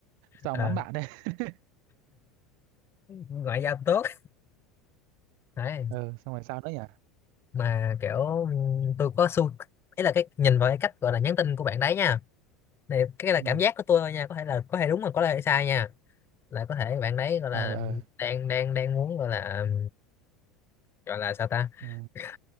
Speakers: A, on the right; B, on the left.
A: Sao
B: Ờ,
A: ông lắm bạn đấy? <laughs>
B: ngoại giao tốt đấy
A: ờ xong rồi sao nữa nhỉ?
B: mà kiểu tôi có xu ấy là cái nhìn vào cái cách gọi là nhắn tin của bạn đấy nha này cái là
A: Ừ.
B: cảm giác của tôi thôi nha có thể là có thể đúng mà có thể sai nha là có thể bạn đấy gọi
A: ờ
B: là
A: ờ
B: đang đang đang muốn gọi là ừ, gọi là sao ta
A: Ừ.
B: <laughs>